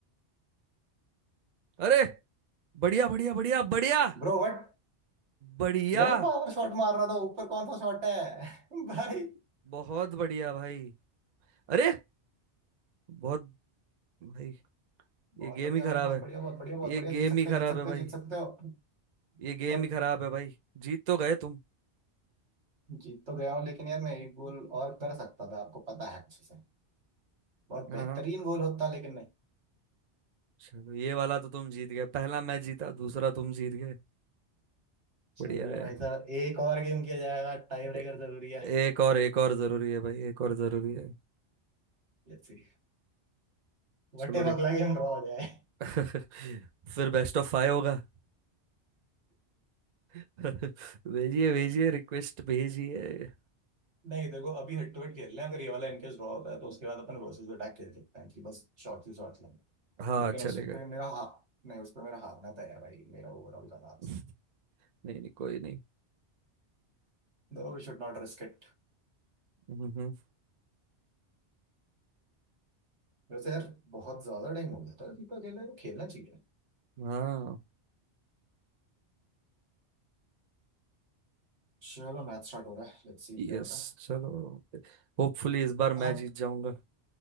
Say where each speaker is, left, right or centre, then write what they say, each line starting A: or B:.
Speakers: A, on the right; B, on the right.
A: अरे बढ़िया बढ़िया बढ़िया बढ़िया
B: ब्रो बट
A: बढ़िया
B: यार मैं पावर शॉट मार रहा था ऊपर कौन सा शॉट है <laughs> भाई
A: बहुत बढ़िया भाई अरे बहुत भाई ये
B: बहुत
A: गेम
B: बढ़िया
A: ही खराब
B: भाई बहुत
A: है
B: बढ़िया बहुत बढ़िया बहुत
A: ये
B: बढ़िया जीत
A: गेम
B: सकते
A: ही खराब
B: हो जीत सकते
A: है भाई
B: हो जीत सकते हो
A: ये गेम
B: बट
A: ही खराब है भाई जीत तो गए तुम
B: जीत तो गया हूँ लेकिन यार मैं एक गोल और कर सकता था आपको पता है अच्छे से बहुत
A: हाँ
B: बेहतरीन
A: हाँ
B: गोल होता लेकिन नहीं
A: चलो ये वाला तो तुम जीत गए पहला मैं जीता दूसरा तुम जीत गए
B: चलिए
A: बढ़िया है
B: भाई साहब एक और गेम किया जाएगा टाई ब्रेकर
A: ए-
B: जरूरी है
A: एक और एक और जरूरी है भाई एक और जरूरी है
B: लेट्स सी व्हाट
A: चलो
B: इफ
A: रिक...
B: अगला गेम ड्रॉ हो जाए
A: <laughs> फिर बेस्ट ऑफ फाइव होगा <laughs> भेजिए भेजिए रिक्वेस्ट भेजिए
B: नहीं देखो अभी हेड टू हेड खेल रहे हैं अगर ये वाला इनकेस ड्रॉ होता है तो उसके बाद अपन वर्सेस अटैक खेल सकते हैं कि बस शॉर्ट ही शॉर्ट लेंगे
A: हाँ
B: लेकिन
A: चलेगा
B: उस पे मेरा हा नहीं उस पे मेरा हारना तय है भाई मेरा ओवरऑल का match
A: <laughs> नहीं नहीं कोई नहीं
B: No we should not risk it
A: हम्म, हम्म।
B: वैसे यार बहुत ज्यादा टाइम हो गया था दीपा खेल रहे हैं, खेलना चाहिए
A: हाँ
B: चलो मैच स्टार्ट हो रहा है लेट्स सी
A: यस
B: क्या होता है
A: चलो होपफुली इस बार
B: आप
A: मैं जीत जाऊंगा